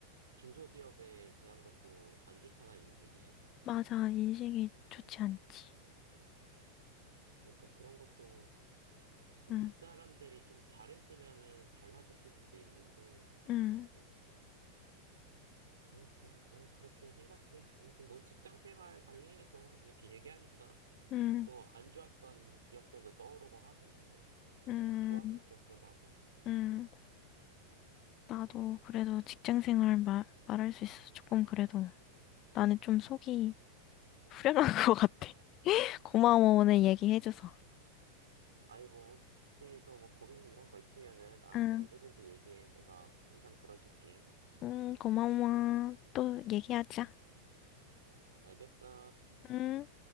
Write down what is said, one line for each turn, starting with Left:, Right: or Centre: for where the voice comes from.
Right: 중소기업에 대한 것도 안 좋잖아 인식이.
Left: 맞아, 인식이 좋지 않지.
Right: 그러니까 그런 것도 윗사람들이
Left: 응,
Right: 좀 잘했으면은 달라졌을 수도 있는데
Left: 응,
Right: 뭐. 아무튼 난 그렇게 생각해. 아무튼 뭐 직장 생활 관련해서 이렇게 얘기하니까
Left: 응,
Right: 또 안 좋았던 기억들도 떠오르고 하긴 하네.
Left: 응,
Right: 좋았던 기억도 나고.
Left: 응. 나도 그래도 직장 생활 말, 말할 수 있어서 조금 그래도 나는 좀 속이 후련한 <laughs> 것 같아. 고마워, 오늘 얘기해줘서.
Right: 아니, 뭐, 혹시 또 뭐 고민 이런 거 있으면은 나한테
Left: 응,
Right: 언제든지 얘기해. 내가 항상 들어줄게.
Left: 응, 고마워. 또 얘기하자.
Right: 알겠어.
Left: 응.